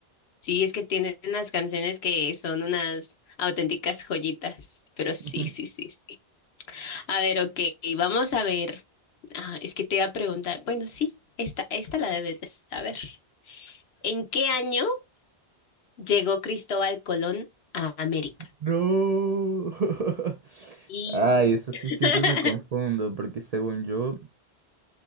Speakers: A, on the left; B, on the right.
A: sí, es que tiene unas canciones que son unas auténticas joyitas, pero
B: <laughs>
A: sí, sí, sí, sí. A ver, ok, vamos a ver. Ah, es que te iba a preguntar, bueno, sí, esta, esta la debes de saber. ¿En qué año? Llegó Cristóbal Colón a América.
B: No. <laughs>
A: Y...
B: Ay, eso sí
A: <laughs>
B: siempre me confundo, porque según yo,